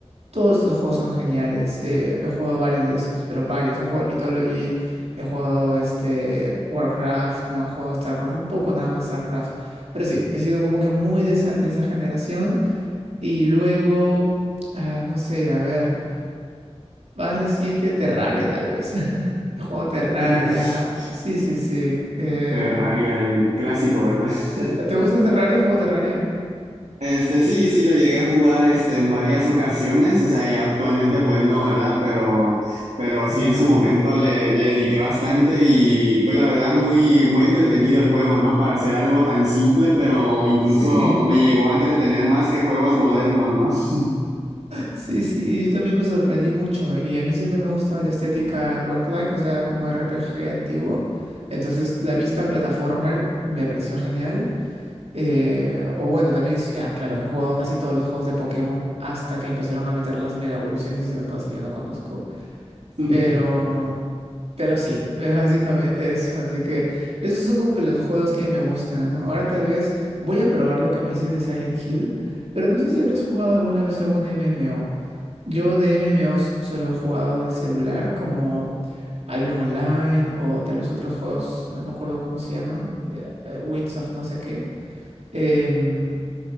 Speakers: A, on the right; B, on the right.
A: Todos estos juegos son geniales. eh, he jugado varios de esos, pero varios. He jugado el Mythology, he jugado este Warcraft, no he jugado StarCraft, un poco nada más StarCraft. Pero sí, he sido como que muy de esa, de esa generación. Y luego, ah, no sé, a ver, más reciente Terraria tal vez. <laughs> He jugado Terraria.
B: <laughs>
A: Sí, sí, sí. eh,
B: Terraria, el clásico, ¿verdad? <laughs>
A: ¿te gusta Terraria? ¿Has jugado Terraria?
B: Este, sí, sí lo llegué a jugar este, en varias ocasiones, o sea, y actualmente pues no, ¿verdad? Pero, pero
A: Claro.
B: sí en su momento le, le dediqué bastante y pues la verdad muy, muy entretenido el juego, ¿no? Para hacer algo tan simple, pero incluso
A: Sí.
B: me llegó a entretener más que juegos modernos,
A: Sí, sí, yo también me sorprendí mucho y a mí siempre me ha gustado la estética roguelike, o sea, como RPG antiguo. Entonces, la vista platformer me pareció genial. Eh, o bueno, también, sí, ah, claro, he jugado casi todos los juegos de Pokémon hasta que empezaron a meter las mega evoluciones y esas cosas que yo no conozco.
B: ¿no?
A: Pero,
B: <laughs>
A: pero sí, <laughs> es básicamente eso. Así que esos son como que los juegos que a mí me gustan, ¿no? Ahora tal vez voy a probar lo que me dices de Silent Hill, pero no sé si habrás jugado alguna vez algún MMO. Yo de MMOs solo he jugado de celular, como Albion Online o tal vez otros juegos, no me acuerdo cómo se llaman, eh, eh, Winds of no sé qué. Em,